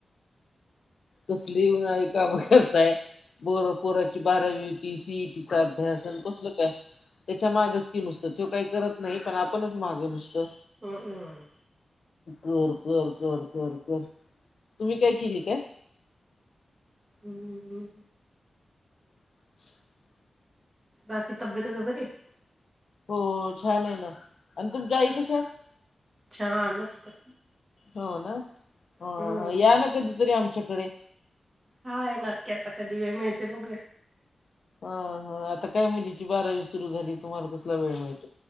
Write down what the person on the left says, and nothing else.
कसली उन्हाळी कामं करताय? बोर पोराची बारावी ती सीईटीचं अभ्यासनं कसलं काय? त्याच्या मागच की नुसतं त्यो काही करत नाही खरं, आपणच मागं नुसतं.
कर कर कर कर कर तुम्ही काय केली काय?
<inaudible>
हो छान आहे ना आणि तुमच्या आई कश्या आहेत?
हो ना? अ
या ना कधीतरी आमच्याकडे.
हा हा आता काय मुलीची बारावी सुरु झाली तुम्हाला कसला वेळ मीळत